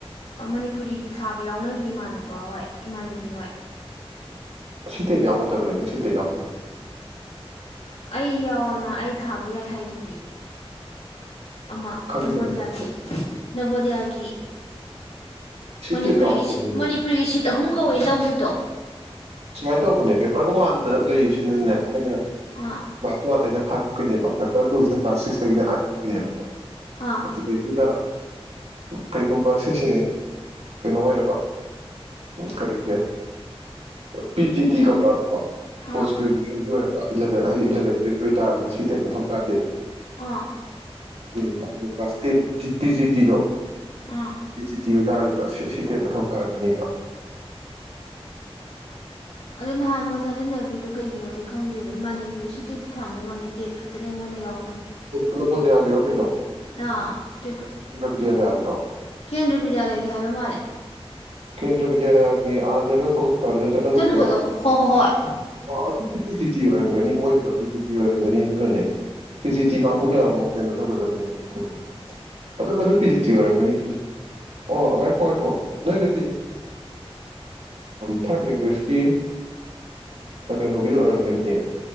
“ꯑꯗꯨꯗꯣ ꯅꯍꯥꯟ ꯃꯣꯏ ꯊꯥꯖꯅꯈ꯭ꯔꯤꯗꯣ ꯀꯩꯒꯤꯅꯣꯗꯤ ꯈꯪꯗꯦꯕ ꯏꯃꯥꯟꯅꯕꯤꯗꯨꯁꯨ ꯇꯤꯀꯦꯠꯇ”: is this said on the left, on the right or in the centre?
Left